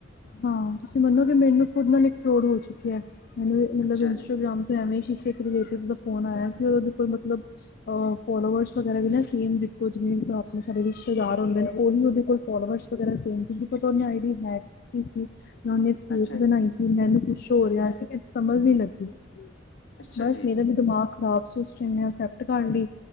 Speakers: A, on the left (about 50°); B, on the left (about 70°).
A: ਹਾਂ ਤੁਸੀਂ ਮੰਨੋ ਗੇ ਕਿ ਮੈਨੂੰ ਖੁਦ ਨਾਲ ਇੱਕ ਫਰੋਡ ਹੋ ਚੁੱਕਿਆ ਹੈ ਮੈਨੂੰ ਮਤਲਬ
B: ਅੱਛਾ
A: ਇੰਸਟਾਗ੍ਰਾਮ
B: ਜੀ
A: ਐਵੇਂ ਕਿਸੇ ਇੱਕ ਰਿਲੇਟਿਵ ਦਾ ਫੋਨ ਆਇਆ ਸੀ ਉਹਦੇ ਕੋਲ ਮਤਲਬ ਅ ਫੋਲੋਵਰਸ ਵਗੈਰਾ ਵੀ ਨਾ ਸੇਮ ਡਿਟੋ ਜਿਵੇਂ ਆਪਣੇ ਸਾਰੇ ਰਿਸ਼ਤੇਦਾਰ ਹੁੰਦੇ ਨੇ ਉਹਹੀ ਉਹਦੇ ਕੋਲ ਫੋਲੋਵਰ ਵਗੈਰਾ ਸੇਮ ਸੀ ਕਿ ਪ ਉਹੇ ਆਈ ਡੀ ਹੈਕ ਕੀਤੀ ਸੀ ਜਾਂ ਉਹਨੇ ਫੇਕ
B: ਅੱਛਾ
A: ਬਣਾਈ
B: ਜੀ
A: ਸੀ ਮੈਨੂੰ ਕੁੱਛ ਹੋ ਰਿਹਾ ਸੀ, ਕਿ ਸਮਝ ਨੀ ਲੱਗੀ
B: ਅੱਛਾ
A: ਬਸ
B: ਜੀ
A: ਮੇਰਾ ਵੀ ਦਿਮਾਗ ਖ਼ਰਾਬ ਸੀ ਉਸ ਟਾਈਮ ਮੈਂ ਅਸੈਪਟ ਕਰ ਲੀ।